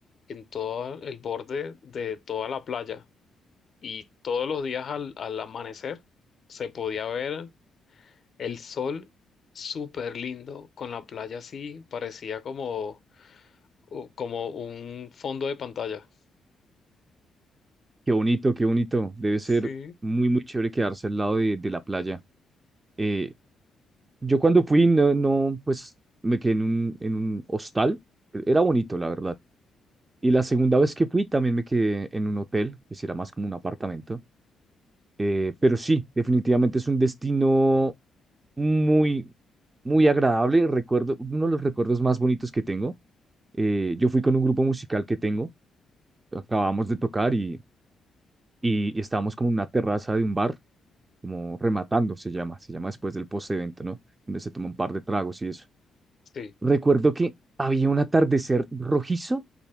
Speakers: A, on the left; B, on the right.
A: en todo el borde de toda la playa y todos los días al, al amanecer se podía ver El sol súper lindo, con la playa así, parecía como, u- como un fondo de pantalla.
B: qué bonito, qué bonito. Debe
A: Sí,
B: ser muy, muy chévere quedarse al lado de, de la playa. Eh, yo cuando fui, no, no, pues me quedé en un, en un hostal. Era bonito, la verdad. Y la segunda vez que fui también me quedé en un hotel, que sí era más como un apartamento. Eh, pero sí, definitivamente es un destino muy, muy agradable. Recuerdo, uno de los recuerdos más bonitos que tengo. Eh, yo fui con un grupo musical que tengo. Acabamos de tocar y y, y estábamos como en una terraza de un bar, como rematando se llama, se llama después del post-evento, ¿no? Donde se toma un par de tragos y eso.
A: sí.
B: Recuerdo que había un atardecer rojizo,